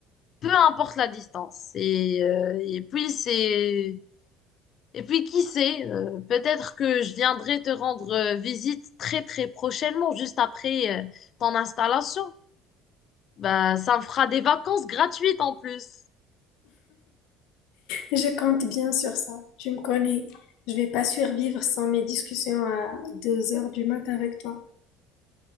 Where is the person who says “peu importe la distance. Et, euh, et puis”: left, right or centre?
Left